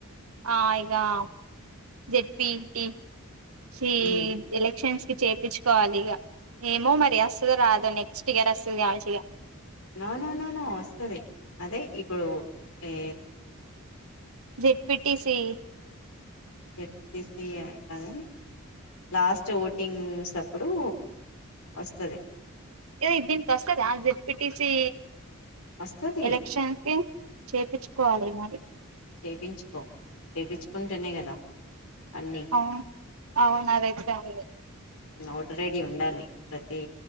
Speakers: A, on the right; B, on the left.
A: ఆ ఇకా జెడ్పిి టీ సి
B: మ్మ్
A: ఎలక్షన్స్ చేయిించుకోవాలి ఇక ఏమో మరి అస్తుదు రాదు నెక్స్ట్ ఇయర్ అస్తుదు కావాల్ు ఇగా
B: నానా నానా వస్తంది అదే ఇప్పుడు ఏ
A: జిట్పిిట్సి
B: జెడ్పీసి కానీ లాస్ట్ ఓటింగ్స్ అప్పుడు వస్తుంది
A: ఇద ఇదిన్ కష్టద దిట్పిిట్టసి
B: వస్తది
A: ఎలక్షన్స్ కి చేపంచుకోవాలి మరి
B: చేయించుకో చేయించుకుంటేనే కదా అన్ని
A: అవు అవును అదైతేది
B: ఓట రెడి ఉండాలి ప్రతి